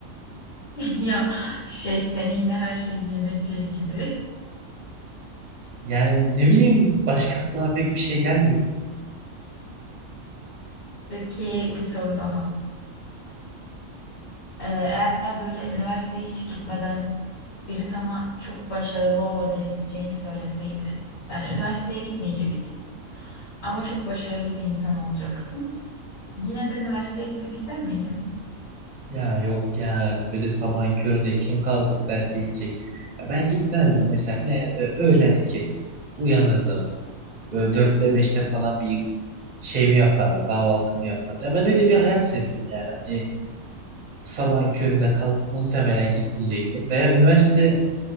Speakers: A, on the left; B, on the right.
A: <laughs> Ya şey senin yine her şey yemekle ilgili.
B: Yani ne bileyim başka aklıma pek bir şey gelmiyor.
A: Peki bir soru daha. Ee, eğer böyle üniversiteye hiç gitmeden biri sana çok başarılı olabileceğini söyleseydi. Yani üniversiteye gitmeyeceksin ama çok başarılı bir insan olacaksın. Yine de üniversiteye gitmek ister miydin?
B: Ya yok ya böyle sabahın köründe kim kalkıp derse gidecek. Ya ben gitmezdim mesela ne Ö- öğlen iki uyanırdım. Böyle dörtte beşte falan bir şeyimi yapardım kahvaltımı yapardım. Ya ben öyle bir hayat seviyorum yani hani sabahın köründe kalk muhtemelen gitmeyecektim. Veya üniversite